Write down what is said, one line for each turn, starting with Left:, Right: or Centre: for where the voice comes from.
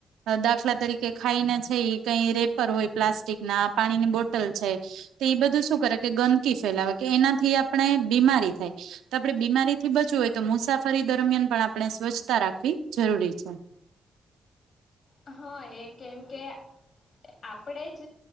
Right: દાખલા તરીકે, ખાઈને જઈ કંઈ રેપર હોય, પ્લાસ્ટિક ના પાણીની બોટલ છે. તો એ બધું શું કરે? કે ગંદકી ફેલાવે. કે એનાથી આપણે બીમારી થાય. તો આપણે બીમારીથી બચવું હોય, તો મુસાફરી દરમિયાન પણ આપણે સ્વચ્છતા રાખવી જરૂરી છે.
Left: હા, એ કેમ કે આપણે જ